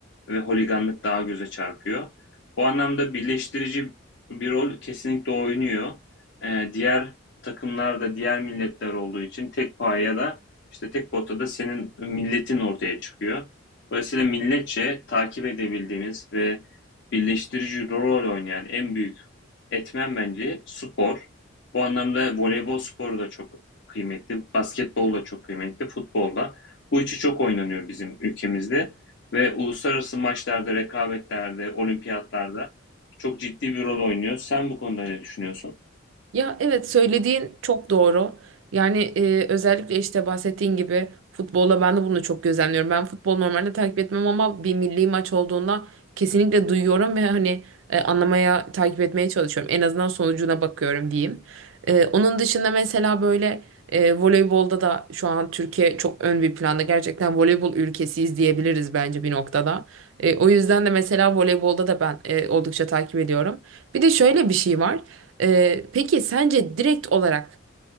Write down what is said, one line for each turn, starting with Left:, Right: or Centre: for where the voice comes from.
Left: ve holiganlık daha göze çarpıyor. Bu anlamda birleştirici bir rol kesinlikle oynuyor. Ee, diğer takımlarda, diğer milletler olduğu için tek paya da işte tek potada da senin milletin ortaya çıkıyor. Dolayısıyla milletçe takip edebildiğimiz ve birleştirici rol oynayan en büyük etmen bence spor. Bu anlamda voleybol sporu da çok kıymetli, basketbol da çok kıymetli, futbol da. Bu üçü çok oynanıyor bizim ülkemizde ve uluslararası maçlarda, rekabetlerde, olimpiyatlarda çok ciddi bir rol oynuyor. Sen bu konuda ne düşünüyorsun?
Right: Ya evet söylediğin çok doğru. Yani e, özellikle işte bahsettiğin gibi futbolla ben de bunu çok gözlemliyorum. Ben futbol normalde takip etmem ama bir milli maç olduğunda kesinlikle duyuyorum ve hani e, anlamaya, takip etmeye çalışıyorum. En azından sonucuna bakıyorum diyeyim. E, onun dışında mesela böyle e, voleybolda da şu an Türkiye çok ön bir planda. Gerçekten voleybol ülkesiyiz diyebiliriz bence bir noktada. E, o yüzden de mesela voleybolda da ben e, oldukça takip ediyorum. Bir de şöyle bir şey var. Ee, peki sence direkt olarak